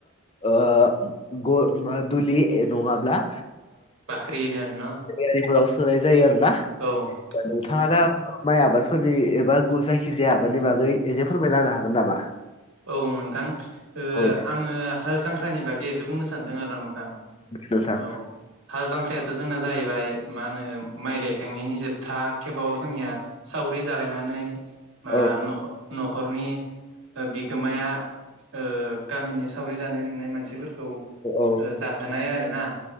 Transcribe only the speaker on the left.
ओ ग दुलि नङाब्ला
आरिफोराव सोनाय जायो आरो ना।
नोंथाङा
दा माइ आबादफोरनि एबा गु जायखि जाया आबादनि बागै एसे फोरमायना होनो हागोन नामा?
औ दे
नोंथां
औ
औ